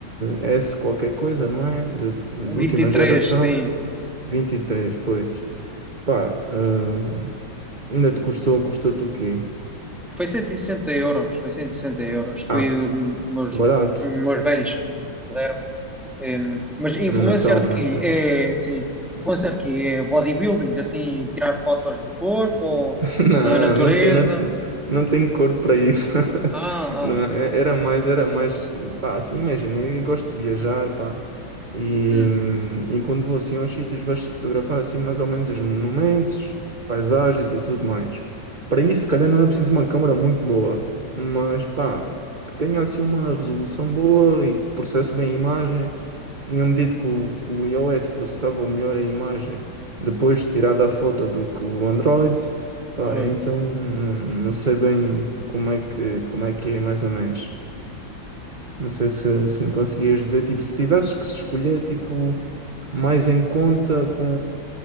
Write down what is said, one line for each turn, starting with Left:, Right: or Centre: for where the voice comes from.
Right: eh, S qualquer coisa, não é? De, de última
Centre: vinte e
Right: geração,
Centre: três sim.
Right: 23, pois. Pá, hum, ainda te custou, custou-te o quê?
Centre: Foi 160 euros, foi 160 euros, foi
Right: Ah,
Centre: os meus,
Right: barato,
Centre: meus velhos que me deram. Eh, mas influencer
Right: no Natal,
Centre: de
Right: não
Centre: quê?
Right: é? Pois.
Centre: É, sim, influencer de quê? É bodybuilding, assim, tirar fotos do corpo ou
Right: <laughs> Não,
Centre: da natureza?
Right: não tem, não, não tem corpo para isso.
Centre: Ah,
Right: <laughs> Não,
Centre: ah,
Right: é- era mais, era mais, pá, assim, imagina, eu gosto de viajar, pá, e,
Centre: hum,
Right: e quando vou assim aos sítios, gosto de fotografar assim mais ou menos os monumentos, paisagens e tudo mais. Para isso, se calhar não é preciso uma câmera muito boa, mas pá, que tenha assim uma resolução boa e que processe bem a imagem, porque tinham-me dito que o, que o iOS processava melhor a imagem depois de tirada a foto do que o Android. Pá,
Centre: pois.
Right: então não, não sei bem como é que, como é que é mais ou menos. Não sei se, se me conseguias dizer, tipo, se tivesses que se escolher, tipo, mais em conta com